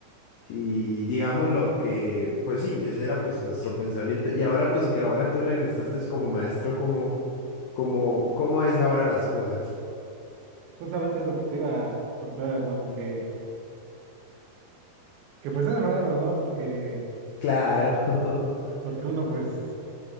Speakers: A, on the left (about 80°); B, on the right (about 80°).
A: y digamos lo que, pues sí, ese era pues nuestro pensamiento y ahora pues que ahora tú regresaste es como maestro, como, como, ¿cómo es ahora las cosas?
B: Justamente es lo que te iba a contar, hermano, que, que pues es raro, ¿no? Porque,
A: Claro, <laughs>
B: porque uno pues